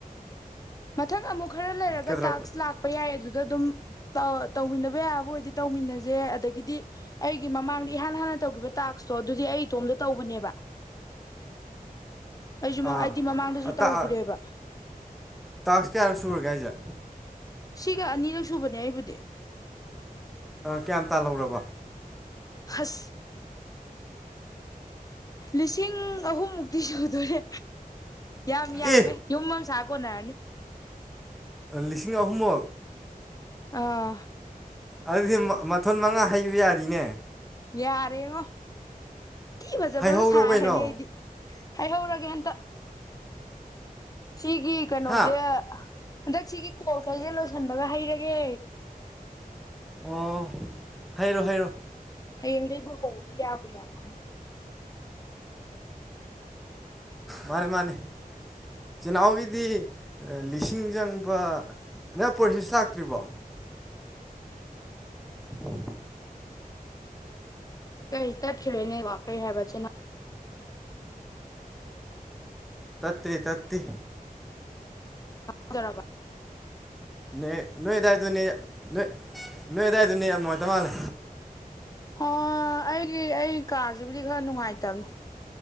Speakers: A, on the left; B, in the centre.
A: ꯃꯊꯪ ꯑꯃꯨꯛ ꯈꯔ ꯂꯩꯔꯒ
B: ꯀꯩꯗꯧꯔ
A: ꯇꯥꯛꯁ ꯂꯥꯛꯄ ꯌꯥꯏ ꯑꯗꯨꯗ ꯑꯗꯨꯝ ꯇꯧ ꯊꯕ ꯑꯕ ꯑꯣꯏꯗꯤ ꯇꯧꯃꯤꯟꯅꯁꯦ ꯑꯗꯒꯤꯗꯤ ꯑꯩꯒꯤ ꯃꯃꯥꯡꯗ ꯏꯍꯥꯟ ꯍꯥꯟꯅ ꯇꯧꯈꯤꯕ ꯇꯥꯛꯁꯇꯣ ꯑꯗꯨꯗꯤ ꯑꯩ ꯁꯣꯝꯗ ꯇꯧꯕꯅꯦꯕ ꯑꯩꯁꯨ
B: ꯑꯥ
A: ꯍꯥꯏꯗꯤ ꯃꯃꯥꯡꯗꯁꯨ ꯇꯧꯈ꯭ꯔꯦꯕ
B: ꯇꯥꯛꯁ ꯀꯌꯥꯔꯛ ꯁꯨꯔꯒꯦ ꯍꯥꯏꯁꯦ
A: ꯁꯤꯒ ꯑꯅꯤꯔꯛ ꯁꯨꯕꯅꯦ ꯑꯩꯕꯨꯗꯤ
B: ꯀꯌꯥꯝ ꯇꯥꯜꯍꯧꯔꯕ
A: ꯑꯁ ꯂꯤꯁꯤꯡ ꯑꯍꯨꯝ ꯗꯤ ꯁꯨꯗꯨꯔꯦ ꯌꯥꯝ ꯌꯥꯝꯃꯦ
B: ꯑꯦ
A: ꯌꯨꯝꯝ ꯁꯥꯀꯣ ꯅꯥꯔꯅꯤ
B: ꯂꯤꯁꯤꯡ ꯑꯍꯨꯝꯃ
A: ꯑꯥ
B: ꯑꯗꯨꯗꯤ ꯃꯊꯣꯟ ꯃꯉꯥ ꯍꯩꯕ ꯌꯥꯔꯤꯅꯦ
A: ꯌꯦ ꯑꯔꯦꯉ ꯀꯤ ꯐꯖꯕ
B: ꯍꯩꯍꯧꯔꯣ
A: ꯑꯃ ꯁꯥꯔꯅꯤ
B: ꯀꯩꯅꯣ
A: ꯑꯩꯗꯤ ꯍꯥꯏꯍꯧꯔꯒꯦ ꯍꯟꯇ ꯁꯤꯒꯤ ꯀꯩꯅꯣꯁꯦ
B: ꯍꯥ
A: ꯍꯟꯗꯛ ꯁꯤꯒꯤ ꯀꯣꯜ ꯈꯔꯁꯦ ꯂꯣꯏꯁꯤꯟꯕꯒ ꯍꯩꯔꯒꯦ
B: ꯑꯣ ꯍꯥꯏꯔꯣ ꯍꯥꯏꯔꯣ
A: ꯍꯌꯦꯡꯗꯒꯤꯩ ꯂꯍꯕꯨ ꯌꯥꯕꯨ ꯌꯥꯔꯛꯅꯤ
B: ꯃꯥꯅꯦ ꯃꯥꯅꯦ ꯆꯅꯥꯎ ꯏꯗꯤ ꯂꯤꯁꯤꯡ ꯆꯪꯕ ꯅꯪ ꯄ꯭ꯔꯣꯁꯤꯦꯁ ꯂꯥꯛꯇ꯭ꯔꯤꯕꯣ <unintelligible>
A: ꯀꯩ ꯇ ꯈꯅꯦ ꯋꯥꯄ ꯍꯥꯏꯕꯆꯅ
B: ꯇꯠꯇꯦ ꯇꯠꯇꯄꯤ
A: ꯍꯖꯔꯔꯕ
B: ꯅꯣꯏ ꯅꯣꯏ ꯑꯗꯨꯗꯥꯏꯗꯅꯦ ꯅꯣꯏ ꯅꯣꯏ ꯑꯗꯨꯗꯥꯋꯥꯏꯗꯅꯦ ꯌꯥꯝ ꯅꯨꯡꯉꯥꯏꯇ ꯃꯥꯜꯂꯦ
A: ꯑꯣ ꯑꯩꯒꯤ ꯑꯩ ꯀꯥꯁꯤꯕꯨꯗꯤ ꯈꯔ ꯅꯨꯡꯉꯥꯏꯇꯕꯅꯤ